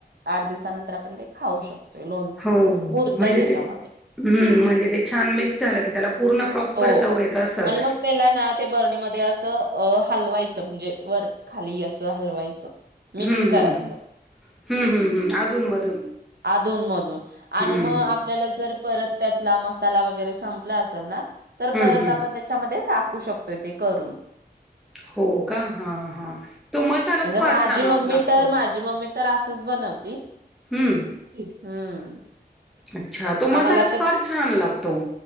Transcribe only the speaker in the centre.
हो
म्हणजे
ते हम्म म्हणजे ते छान मिक्स झाले की त्याला पूर्ण प्रॉपर
चव येत असल.
हम्म
हम्म हम्म हम्म हम्म अधून मधून
हम्म
हम्म
हम्म
हो का हा हा तो मसालाचं
फार
छान
लागतो.
हम्म
अच्छा तो मसालाच
फार छान लागतो.